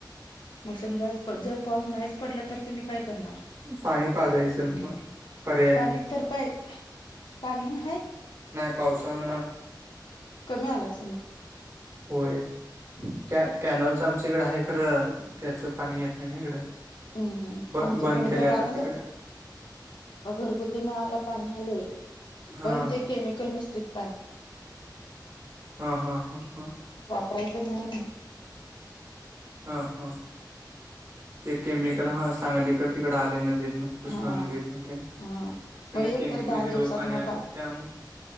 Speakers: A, on the left; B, on the right.
A: मग समजा जर पाऊस नाहीच पडला तर तुम्ही काय णार,
B: पाणी पाजायचं मग पर्याय
A: पाणी
B: नाही.
A: तर पाय पाणी हाय.
B: पावसान
A: कमी आला असेल म
B: होय. त्या कॅनलचं आमच्या इकडं आहे खरं, त्याच पाणी येत नाही ना इकडं,
A: हम हम्म,
B: ब
A: आमच्याकडे
B: बंद केले
A: तर
B: आता
A: आज
B: तिकडं
A: घरगुती नळाला पाणी आलंय.
B: हा
A: पण ते केमिकल मिश्रित पाणी
B: हा हा हा हा.
A: प्रयत नाही आहे
B: हा हा, ते केमिकल हा सांगलीकडं तिकडं आलेलं. कृष्णा
A: हा
B: नदीेतनं तेन,
A: हा
B: सगळं
A: मग एक
B: केमिकल
A: तर दहा दिवसात
B: हिरवं पाणी
A: न
B: आले त्यामु